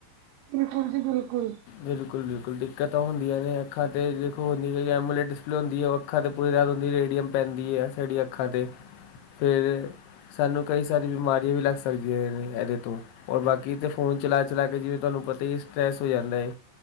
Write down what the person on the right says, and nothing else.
ਬਿਲਕੁਲ ਜੀ ਬਿਲਕੁਲ।